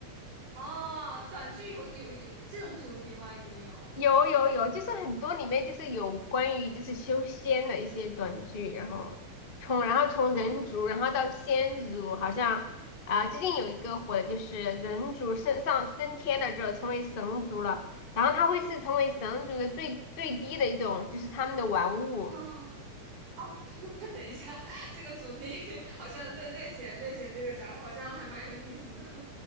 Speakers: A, on the right; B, on the left.
A: 哦，短剧有有有这种主题吗？已经有
B: 有有有，就是很多里面就是有关于就是修仙的一些短剧，然后从然后从人族，
A: 哦
B: 然后到仙族，好像啊、最近有一个火的就是人族升上升天了之后成为神族了，然后他会是成为神族的最最低的一种，就是他们的玩物。
A: 哦哦，<laughs> 那么等一下，<laughs> 这个主题 <laughs> 好像略略显略显这个啥，好像还蛮有意思的。<laughs>